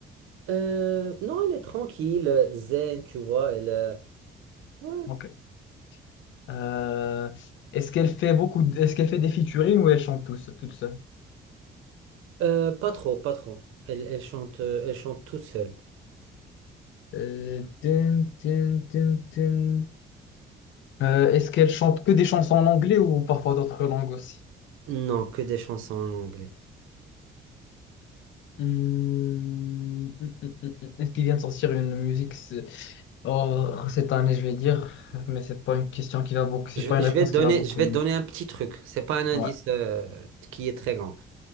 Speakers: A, on the right; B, on the left.
A: Euh, non, elle est tranquille, zen, tu vois, elle... euh, ouais.
B: ok. Euh, est-ce qu'elle fait beaucoup de- est-ce qu'elle fait des featuring ou elle chante tout seul- toute seule?
A: Euh, pas trop, pas trop. Elle, elle chante, euh, elle chante toute seule.
B: Euh, tin, tin, tin, tin. Euh, est-ce qu'elle chante que des chansons en anglais ou parfois d'autres langues aussi?
A: Non, que des chansons en anglais.
B: Hmm, <laughs> Est-ce qu'il vient de sortir une musique ce- oh, cette année, je vais dire, mais c'est pas une question qui va beaucoup, c'est
A: Je,
B: pas
A: vais
B: une
A: je
B: réponse
A: vais te donner,
B: qui va beaucoup,
A: je vais
B: mais
A: te donner un petit truc. C'est pas un indice
B: ouais,
A: euh, qui est très grand.